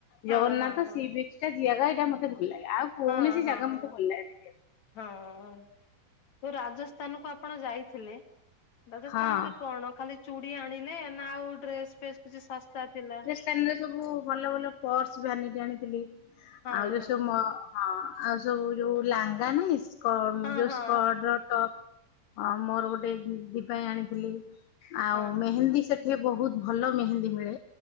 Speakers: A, on the left (about 50°); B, on the left (about 70°).
A: ହଁ
B: ଜଗନ୍ନାଥ
A: ହଁ ହଁ
B: ସେ ବିଚ ଟା ଜିଆଗା ଏଇଟା ମତେ ଭଲ ଲାଗେ ଆଉ କୌଣସି
A: ହଁ ହଁ
B: ଜାଗା ମତେ ଭଲ ଲାଗେନି ଯିବାକୁ।
A: ହଁ ଯୋଉ ରାଜସ୍ଥାନ କୁ ଆପଣ ଯାଇଥିଲେ ରାଜସ୍ଥାନରେ
B: ହଁ
A: କଣ ଖାଲି ଚୁଡି ଆଣିଲେ ନା ଆଉ ଡ୍ରେସ ଫେସ୍ କିଛି ଶସ୍ତା ଥିଲା?
B: ଦେକାନରେ ସବୁ ଭଲ ଭଲ ପର୍ସ ଭାନିଟି ଆଣିଥିଲି
A: ହଁ
B: ଆଉ ଯୋଉ
A: ହଁ
B: ସବୁ ମ ହଁ ଆଉ ସବୁ ଯୋଉ ଲାଙ୍ଗା ନାଇଁ ସ୍କ
A: ହଁ
B: ଯୋଉ
A: ହଁ
B: ସ୍କଟ ର ଟପ୍ ହ ମୋର ଗୋଟେ ଦିଦି ପାଇଁ ଆଣିଥିଲି ଆଉ
A: ହଁ
B: ମେହେନ୍ଦୀ ସେଠି ବହୁତ ଭଲ ମେହେନ୍ଦୀ ମିଳେ